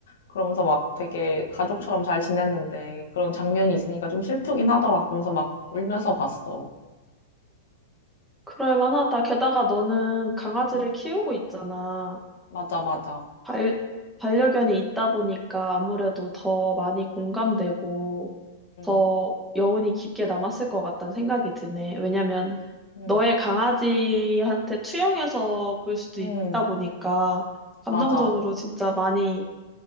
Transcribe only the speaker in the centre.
그럴만하다. 게다가 너는 강아지를
키우고 있잖아.
발, 반려견이 있다 보니까 아무래도 더 많이 공감되고
더 여운이 깊게 남았을 것 같다는 생각이 드네. 왜냐면
너의 강아지한테 투영해서 볼 수도
있다 보니까 감정적으로
진짜 많이